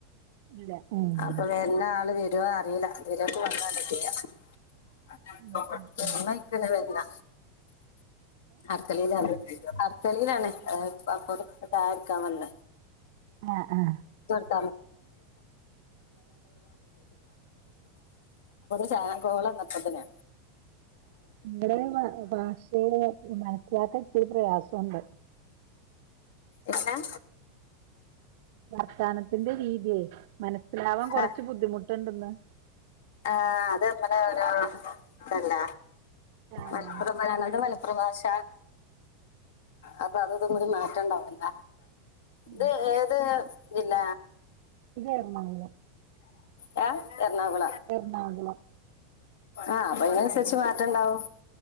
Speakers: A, on the right; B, on the left.
A: ഇല്ല ഉം
B: അപ്പൊ വല്ലാ ആള് വിരു അറിയില്ല വിരുക്ക വന്നണ്ടക്ക്യ <unintelligible>
A: ഉം ഉം ഉം
B: തെളിയിലാണേ പുറത്തട്ട ആരിക്കാൻ വന്നെ
A: ആ ആ
B: <unintelligible> <unintelligible> ചായേം കോളേം ഇന്നപ്പത്തിന്
A: നിമ്മടെ ബ ഭാഷയില് മനസ്സിലാക്കാൻ ഇത്തിരി പ്രയാസമുണ്ട്
B: എന
A: വാർത്തനത്തിന്റെ രീതിയേ മനസ്സിലാവാൻ കൊറച്ച്
B: ആ
A: ബുദ്ധിമുട്ടുണ്ടന്ന്
B: ആ അതമ്മടെ ഒരാൾ ഇണ്ടല്ല
A: ആഹ്
B: മലപ്പുറം <unintelligible> പ്രഭാഷ അപ്പൊ അതുംഇതും കൂടി മാറ്റണ്ടാവില്ല
A: ഉം
B: ഇത് ഏത് ജില്ല
A: ഇതേരുന്നോ ഇങ്ങള്
B: ഹ എറണാകുളം
A: എറണാകുളം
B: ആഹ് അതിനനുസരിച്ച്
A: ആഹ്
B: മാറ്റംണ്ടാവും